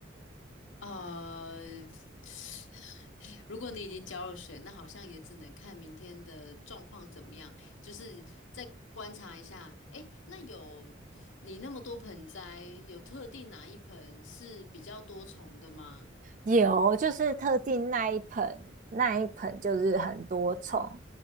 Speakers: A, on the left; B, on the right.
A: 嗯，呃，<sniffs> 如果你已经交了水，那好像也只能看明天的状况怎么样，就是再观察一下。诶，那有你那么多盆栽，有特定哪一盆是比较多虫的吗？
B: 有，就是特定那一盆，那一盆就是很多虫，